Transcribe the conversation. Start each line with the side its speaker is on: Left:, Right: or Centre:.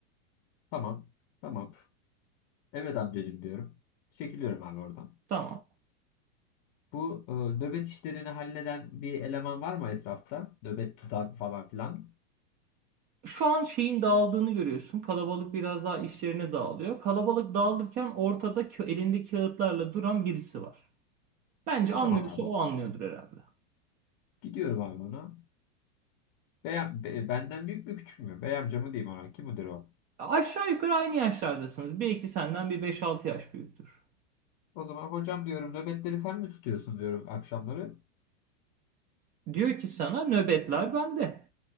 Left: Tamam. Tamam. Evet amcacığım diyorum. Çekiliyorum abi oradan.
Right: Tamam.
Left: Bu e, nöbet işlerini halleden bir eleman var mı etrafta? Nöbet tutan falan filan.
Right: Şu an şeyin dağıldığını görüyorsun. Kalabalık biraz daha işlerine dağılıyor. Kalabalık dağılırken ortada kö- elinde kağıtlarla duran birisi var. Bence anlıyorsa
Left: Tamam abi
Right: o anlıyordur herhalde.
Left: Gidiyorum abi ona. Bey, am- be- benden büyük mü küçük mü? Bey amcamı diyeyim ona. Kim müdür o?
Right: Aşağı yukarı aynı yaşlardasınız. Belki senden bir beş altı yaş büyüktür.
Left: O zaman hocam diyorum nöbetleri sen mi tutuyorsun diyorum akşamları.
Right: Diyor ki sana nöbetler bende.